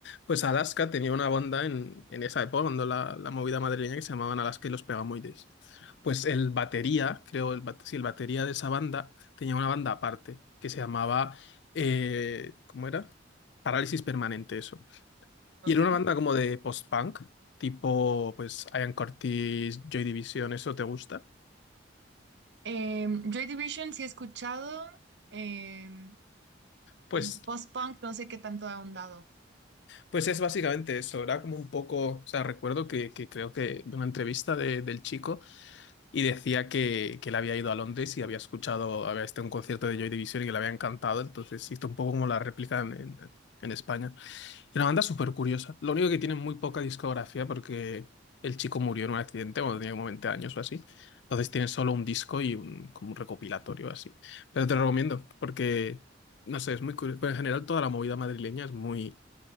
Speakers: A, on the left (about 65°); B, on the right (about 60°).
A: Pues Alaska tenía una banda en, en esa época, cuando la, la movida madrileña, que se llamaban Alaska y los Pegamoides. Pues el batería, creo, el, bate- sí, el batería de esa banda tenía una banda aparte, que se llamaba, eh, ¿cómo era? Parálisis Permanente, eso.
B: Ok.
A: Y era una banda como de post-punk, tipo, pues, Ian Curtis, Joy Division, ¿eso te gusta?
B: Em, Joy Division sí he escuchado em,
A: Pues,
B: y post-punk no sé qué tanto ha ahondado.
A: pues es básicamente eso, era como un poco, o sea, recuerdo que, que creo que de una entrevista de- del chico y decía que, que él había ido a Londres y había escuchado, había estado en un concierto de Joy Division y que le había encantado, entonces hizo un poco como la réplica en, en, en España. Y una banda súper curiosa, lo único que tiene muy poca discografía porque el chico murió en un accidente cuando tenía como 20 años o así, entonces tiene solo un disco y un, como un recopilatorio así. Pero te lo recomiendo porque, no sé, es muy curioso, pero en general toda la movida madrileña es muy...